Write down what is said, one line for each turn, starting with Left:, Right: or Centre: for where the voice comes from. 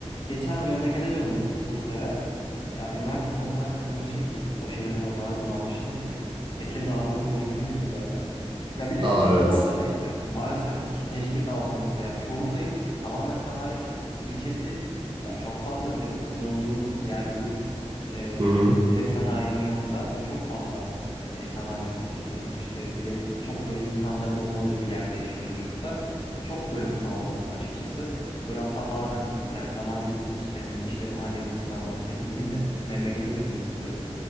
Left: Geçen memlekete döndüm Bursa'ya. Ya üniversiteden o kadar sıkılmışım ki, o şehirden o kadar bunalmışım ki. Tekirdağ'da okuduğumu biliyorsun zaten. Ya bir de
Right: Aa
Left: Tekirdağ
Right: evet.
Left: olsa neyse, maalesef ki Teşkirdağ olsa neyse. Yani Çorlu'dayım, tamamen sanayi ilçesi. Ya çok fazla bir de bulunduğum yer yurt. Ee,
Right: Hı hı.
Left: direkt sanayinin yanında ve çok fazla e, sanayi kokusudur. İşte bir de çok böyle insanların olmadığı bir yerde yaşıyoruz yurtta. Çok böyle bunaldım açıkçası. Böyle hatta bazen yani zaman geçsin işte hani işlerimi halledeyim, sınavlarımı teslim edeyim de memlekete döneyim istiyordum.